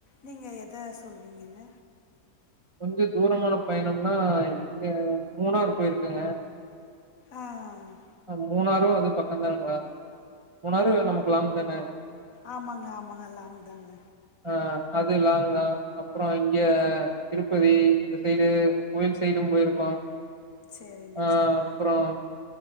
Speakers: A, on the left (about 65°); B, on the right (about 30°).
A: நீங்க எத சொல்வீங்கங்க
B: கொஞ்ச தூரமான பயணம்னா இங்க மூணார் போயிருக்கங்க
A: ஆ
B: அ மூணாரு அது பக்கந்தானுங்ளா மூணாரு நமக்கு லாங்தான
A: ஆமாங்க ஆமாங்க லாங் தாங்க
B: ஆ அது லாங்தா அப்றோ இங்க திருப்பதி இந்த சைடு கோவில் சைடு போயிருக்கோ
A: சரிங்க
B: ஆ
A: சரிங்க
B: அப்றோ